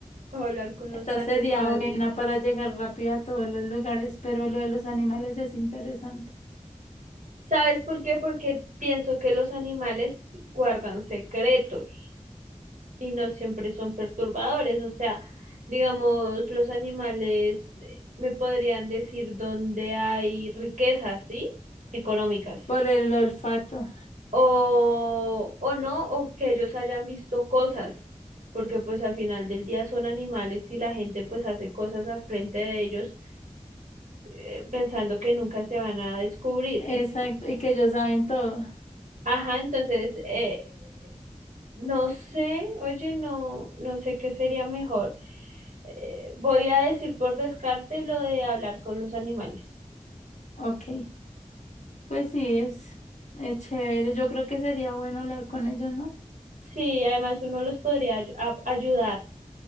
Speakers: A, on the right; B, on the left.
A: o hablar con
B: Esa
A: los animales.
B: sería buena para llegar rápido a todos los lugares, pero lo de los animales es interesante.
A: ¿Sabes por qué? Porque pienso que los animales guardan secretos y no siempre son perturbadores. O sea, digamos, los animales eh, me podrían decir dónde hay riquezas, ¿sí? Económicas.
B: Por el olfato.
A: O, o no, o que ellos hayan visto cosas, porque pues al final del día son animales y la gente pues hace cosas al frente de ellos eh, pensando que nunca se van a descubrir.
B: Exacto. Y que ellos saben todo.
A: Ajá, entonces eh, No sé, oye, no, no sé qué sería mejor. Eh, voy a decir por descarte lo de hablar con los animales.
B: Ok. Pues sí, es, es chévere. Yo creo que sería bueno hablar con ellos, ¿no?
A: Sí, además uno los podría ayu- a- ayudar